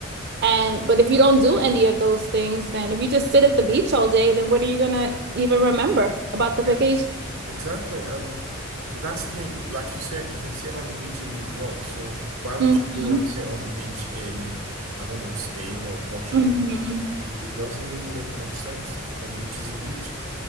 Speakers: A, on the right (about 50°); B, on the right (about 85°).
A: And but if you don't do any of those things, then if you just sit at the beach all day, then what are you gonna even remember about the
B: Yeah.
A: vacation?
B: Exactly. And that's the thing. Like you said, you can sit on the beach in New York. So why would
A: hmm
B: you go and sit on the beach in, I don't know, Spain or Portugal?
A: hmm
B: It it doesn't really make much sense. A beach is a beach.